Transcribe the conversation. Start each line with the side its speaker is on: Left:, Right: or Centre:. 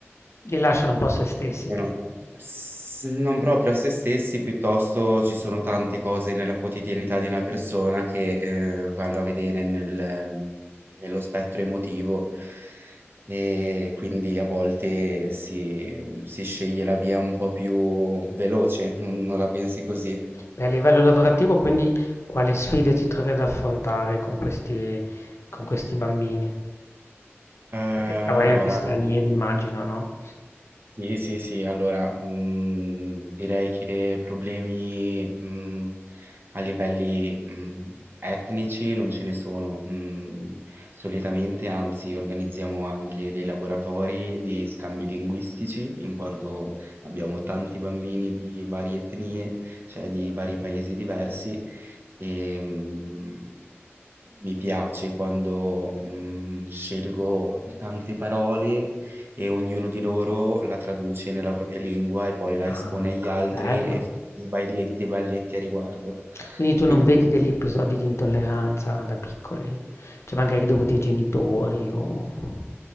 Left: Li lasciano un po' a se stessi,
Right: ci sono
Left: dici.
Right: s non proprio a se stessi, piuttosto ci sono tante cose nella quotidianità di una persona che, ehm, vanno a vedere nel nello spettro emotivo e quindi a volte si mhmm, si sceglie la via un po' più veloce, non non la pensi così?
Left: Beh, a livello lavorativo, quindi quale sfide ti trovi ad affrontare con questi, con questi bambini?
Right: Ehm,
Left: Perché avrai
Right: allora
Left: anche stranieri, immagino, no?
Right: Sì, sì, sì, allora, mhmm, direi che problemi, mhmm, a livelli, mhmm, etnici non ce ne sono. Mhmm, solitamente, anzi, organizziamo anche dei laboratori di scambi linguistici, in quanto abbiamo tanti bambini di varie etnie, cioè di vari paesi diversi, e mm, mi piace quando mm, scelgo tante parole e ognuno di loro la traduce nella propria lingua e poi la
Left: Ah,
Right: espone agli altri
Left: bello.
Right: e fa dei baile- dei balletti a riguardo.
Left: Quindi tu
Right: Quindi
Left: non vedi degli episodi di intolleranza da piccoli? Cioè magari dovuti ai genitori o...